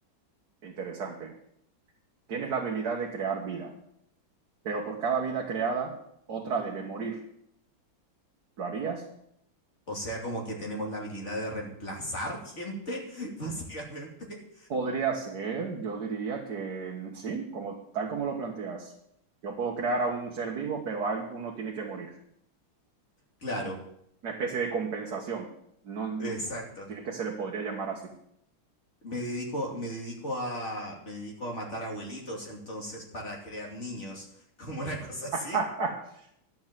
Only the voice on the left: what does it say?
O sea, como que tenemos la habilidad de reemplazar gente, <laughs> básicamente.
Claro,
exacto.
Me dedico, me dedico a, me dedico a matar abuelitos, entonces, para crear niños, <laughs> como una cosa así.